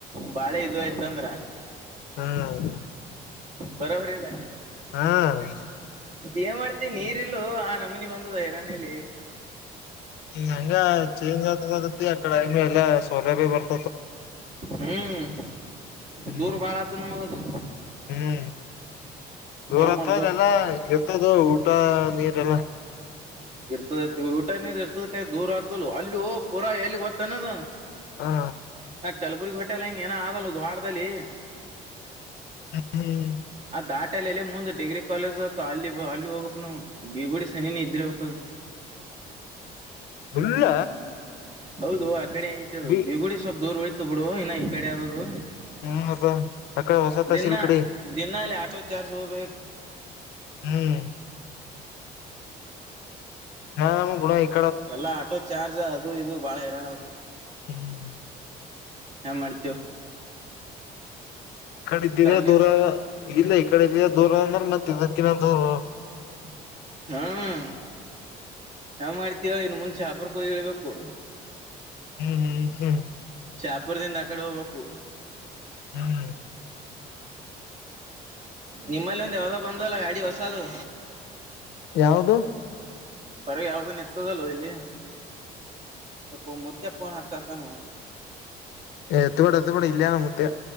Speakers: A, on the right; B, on the left.
A: ಬಾಳೆ ಇದು ಆಯ್ತಂದ್ರ
B: ಹಾ ಹೌದು
A: ಬರಬರಿ ಇಲ್ಲ
B: ಹ್ಮ
A: ಏನ್ ಮಾಡ್ತ ನೀರ್ ಇಲ್ಲೂ ಆ ನಮ್ಮನಿ ಬಂದದ ಹೈರಾಣ್ಯಲಿ
B: ಹಂಗ ಚೇಂಜ್ ಆದ ಬರುತ್ತತಿ ಆ ಕಡೆಮ ಎಲ್ಲ ಸೌಲಭ್ಯ ಬರ್ತ್ತ
A: ಹ್ಮ್
B: ಹ್ಮ್
A: ದೂರ ಬಾಳಾತು ಮಾಡ್ಲು
B: ಹ್ಮ್ ದೂರ
A: ಏನ್
B: ಹತ್ದೆಲ್ಲ
A: ಮಾಡುದು
B: ಮತದು ಊಟ ನೀರೆ ಎಲ್ಲ
A: ಇರ್ತದತಿ ಊಟ ನೀರ್ ಇರ್ತದ ಕಾಯ ದೂರ ಆಗ್ತಲ್ಲ ಅಲ್ಲಿ ಓ ಪೂರಾ ಎಲ್ಲಿ ಗೊತ್ತ ಅನೋದು
B: ಹಾ
A: ಕಲಬುರ್ಗಿ ಹೊೋಟೆಲ್ಲ ಹಿಂಗ ಏನ ಆದಲ್ಲ ದ್ವಾಾಡದಲ್ಲಿ
B: ಹ್ಮ ಹ್ಮ
A: ದಾಟಲ್ಲಿ ಎಲ್ಲೇ ಮುಂದ್ ಡಿಗ್ರಿ ಕಾಲೇಜ್ ಅ ಅಲ್ಲಿ ಅಲ್ಲಿ ಹೋಗ್ಬೇಕಕ್ ನವು ಬಿಗುಡಿ ಸನಿನ ಇದ್ರ ಹಬೇಕದು
B: ಇಲ್ಲ
A: ಹೌದು ಆ ಕಡೆ ಐತದು
B: ಬಿ
A: ಬಿೀಗುಡಿ ಸ್ವಲ್ಪ್ ದೂರ್ ಒಳಿತ ಬಿಡು ಇನ್ನ ಈ ಕಡೆ ಯದ್ದದು
B: ಹ್ಮ್ ಮತ್ತ ಅಕಡೆ ಹೊಸ ತಹಸೀಲ್
A: ದಿನ
B: ಕಡೆ
A: ದಿನಲ್ಲಿ ಆಟೋ ಚಾರ್ಜ್ ಹೋಗ್ಬೇಕು
B: ಹ್ಮ್ ನಾ ನಮ್ಮ ಗುಣ ಆತ
A: ಎಲ್ಲ ಆಟೋ ಚಾರ್ಜ್ ಅದು ಇದು ಬಾಳ ಹೇರಾಣ ಅದು
B: ಹ್ಮ್
A: ಮಾಡ್ತೇವ
B: ಕಡಿದ್ದಿದೆ
A: ಅಲ್ಲಿದ್
B: ದೂರ ಇಲ್ಲ ಈ ಕಡೆದಿನ ದೂರ ಅಂದ್ರ ಮತ್ತಿದ್ದಿನ ದೂರ
A: ಹ್ಮ ನಾವ್ ಮಾಡ್ತಿೀವಿ ಇನ್ನು ಮುಂಚೆ ಹಾಪರ್ ಕೋಗಿ ಹೇಳೇಳ್ಬೇಕು
B: ಹ್ಮ್ ಹ್ಮ್ ಹ್ಮ್
A: ಚಾ ಕುಡ್ದ ಆ ಕಡೆ ಹೋಗ್ಬೇಕು
B: ಹ್ಮ್
A: ನಿಮ್ಮಲ್ಲಿ ಒಂದ ಯಾವ್ದ ಬಂದಲ್ಲ ಗಾಡಿ ಹೊಸದು
B: ಯಾವದು
A: ಪರವಾಗಿ ಯಾವ್ದ ನಿತ್ತದಲ್ಲೋ ಇಲ್ಲಿ ಇಪ್ಪ ಮೊತ್ತೆ ಫೋನು ಹಚ್ಚಾ ತಾನ
B: ಎತ್ತ ಬಿಡ ಎತ್ತ ಬಿೇಡ ಇಲ್ಲಯ ನಮ್ಮತ್ತ